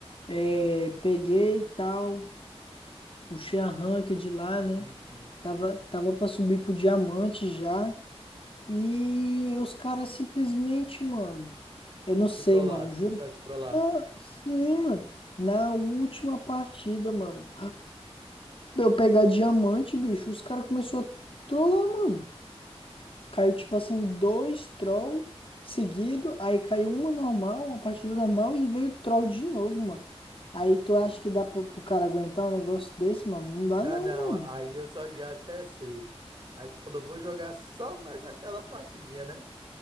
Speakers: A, on the left; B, on the right.
A: É, peguei e tal. Puxei a ranca de lá, né?
B: Sim, sim.
A: Tava, tava pra subir pro diamante já. E os caras simplesmente, mano. Eu não sei,
B: Te trollaram,
A: mano. Juro.
B: começaram a te trollar.
A: Não, sim, mano. Na última partida, mano. Pra Eu pegar diamante, bicho. Os caras começou a trollar, mano. Caiu, tipo assim, dois troll seguido. Aí caiu uma normal, uma partida normal. E veio troll de novo, mano. Aí tu acha que dá pro, pro cara aguentar um negócio desse, mano? Não dá,
B: Dá
A: não,
B: não,
A: mano.
B: aí eu só já até sei. Aí tu falou, vou jogar só mais aquela partidinha, né?